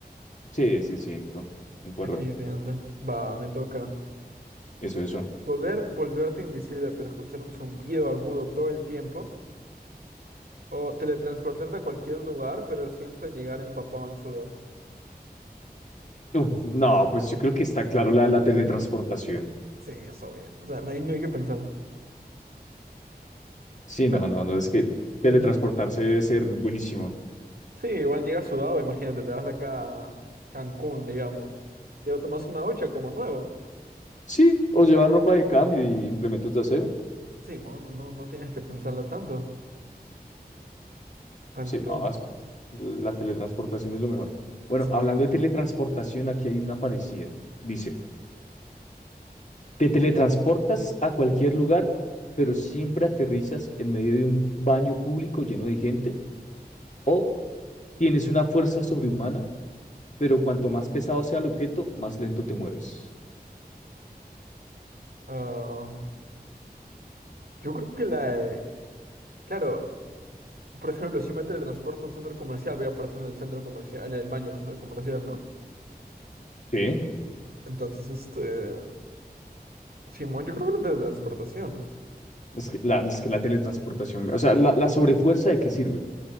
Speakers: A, on the left; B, on the right.
A: Sí, sí, sí, no, concuerdo.
B: Definitivamente. Va, me toca.
A: Eso, eso.
B: Poder volverte invisible, pero escuchar un zumbido agudo todo el tiempo. O teletransportarte a cualquier lugar, pero siempre llegar empapado en sudor.
A: Uf, no, pues yo creo que está claro la de la teletransportación.
B: Sí, es obvio. O sea, no hay, no hay que pensar. O
A: Sí, no,
B: sea,
A: no, no, es que
B: no
A: teletransportarse
B: hay- miedo.
A: debe ser buenísimo.
B: Sí, igual llegas sudado, imagínate, te vas de acá a Cancún, digamos. Te tomas una ducha como nuevo.
A: Sí, o llevar ropa de cambio y implementos de aseo.
B: Sí, mo, no, no tienes que pensarlo tanto. Entonces,
A: Sí, no, es- la teletransportación es lo mejor. Bueno,
B: sí.
A: hablando de teletransportación, aquí hay una parecida. Dice, Te teletransportas a cualquier lugar, pero siempre aterrizas en medio de un baño público lleno de gente. O tienes una fuerza sobrehumana, pero cuanto más pesado sea el objeto, más lento te mueves.
B: ah, yo creo que la... de- Claro, por ejemplo, si me teletransporto a un centro comercial, voy a aparecer en el centro comercial, en el baño del centro comercial, ¿no?
A: Sí,
B: Entonces, este... Simón, yo creo que la teletransportación.
A: es que la, es que la teletransportación, o sea, la, la sobrefuerza de qué sirve,